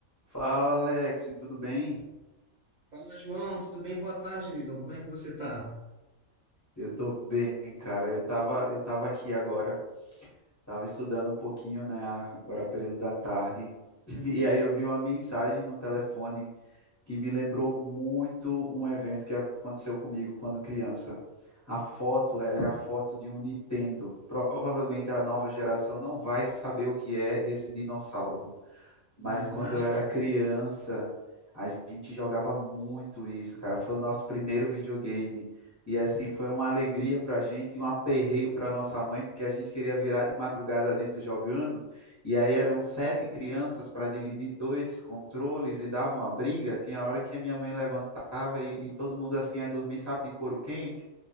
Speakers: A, on the left; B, on the right.
A: Fala, Alex, tudo bem?
B: Fala, João, tudo bem? Boa tarde, amigão. Como é que você tá?
A: Eu tô bem, cara. Eu tava, eu tava aqui agora, tava estudando um pouquinho, né, agora período da tarde, <clears throat> e aí eu vi uma mensagem no telefone que me lembrou muito um evento que aconteceu comigo quando criança. A foto era a foto de um Nintendo. Provavelmente a nova geração não vai saber o que é esse dinossauro. mas
B: Caraca.
A: quando eu era criança, a gente jogava muito isso, cara. Foi o nosso primeiro videogame. E assim, foi uma alegria pra gente e um aperreio pra nossa mãe, porque a gente queria virar de madrugada dentro jogando. E aí eram sete crianças para dividir dois controles e dava uma briga. Tinha hora que a minha mãe levantava e, e todo mundo assim ia dormir, sabe, de couro quente.